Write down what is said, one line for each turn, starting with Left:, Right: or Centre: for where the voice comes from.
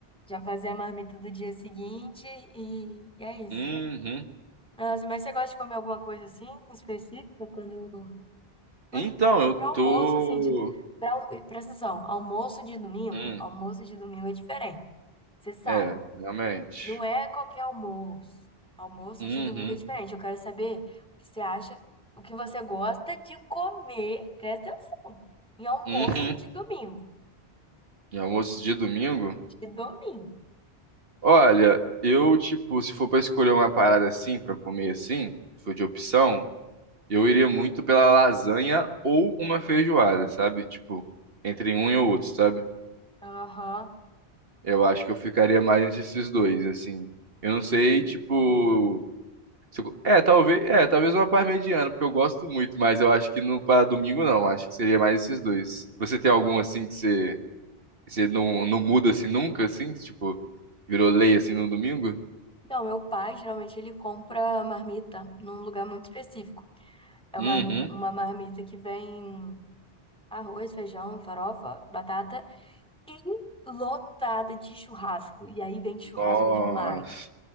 Centre: Já fazer a marmita do dia seguinte e, e é isso.
Right: Uhum.
Centre: Nossa, mas você gosta de comer alguma coisa assim específica quando quando
Right: Então, eu
Centre: para almoço
Right: tô.
Centre: assim de para presta atenção, almoço de domingo,
Right: Hum,
Centre: almoço de domingo é diferente. Você sabe,
Right: é, realmente.
Centre: não é qualquer almoço. Almoço
Right: Uhum.
Centre: de domingo é diferente. Eu quero saber o que você acha, o que você gosta de comer. Presta atenção. Em almoço
Right: Uhum.
Centre: de domingo,
Right: E almoço de domingo?
Centre: de domingo.
Right: Olha, eu, tipo, se for pra escolher uma parada assim, pra comer assim, se for de opção, eu iria muito pela lasanha ou uma feijoada, sabe? Tipo, entre um e o outro, sabe?
Centre: Aham,
Right: Eu acho que eu ficaria mais entre esses dois, assim. Eu não sei,
Centre: entendo.
Right: tipo. Se eu- É, talvez, é, talvez uma par mediana, porque eu gosto muito, mas eu acho que no para domingo não, acho que seria mais esses dois. Você tem algum assim que você, que você não, não muda assim nunca, assim, tipo, virou lei assim no domingo?
Centre: Então, meu pai, geralmente, ele compra marmita num lugar muito específico. É
Right: Uhum.
Centre: uma, uma marmita que vem arroz, feijão, farofa, batata e lotada de churrasco. E aí vem churrasco
Right: Nossa.
Centre: demais,